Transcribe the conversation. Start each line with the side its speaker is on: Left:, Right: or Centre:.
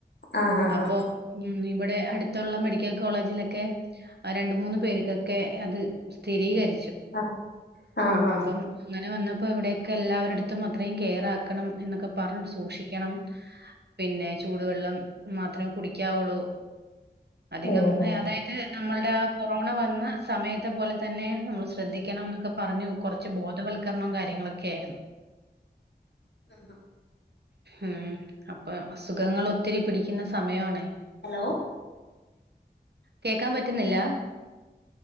Left: ആഹ് ആഹ്
Right: അപ്പൊ ഉം ഇവിടെ അടുത്തുള്ള മെഡിക്കൽ കോളേജിലൊക്കെ രണ്ട് മൂന്ന് പേർക്കൊക്കെ അത് സ്ഥിരീകരിച്ചു
Left: ആഹ് ആഹ് ആഹ് ആഹ്
Right: അപ്പം അങ്ങനെ വന്നപ്പോ ഇവിടെൊക്കെ എല്ലാവരുടുത്തും അത്രയും കെയറ് ആക്കും ണം എന്നൊക്കെ പറഞ്ഞ് സൂക്ഷിക്കണം പിന്നെ ചൂടുവെള്ളം മാത്രമേ കുടിക്കാവുള്ളൂ അധികം
Left: ഓഹോ
Right: അതായത് നമ്മളുടെ കൊറോണ വന്ന സമയത്തെ പോലെ തന്നെ നമ്മൾ ശ്രദ്ധിക്കണം എന്നൊക്കെ പറഞ്ഞു കുറച്ച് ബോധവത്ക്കരണം വൽക്കരണവും കാര്യങ്ങളൊക്കെ ആയിരുന്നു
Left: ആഹ്
Right: ഉം അപ്പൊ അസുഖങ്ങള് ഒത്തിരി പിടിക്കുന്ന സമയമാണേ
Left: ഹലോ
Right: കേക്കാൻ പറ്റുന്നില്ല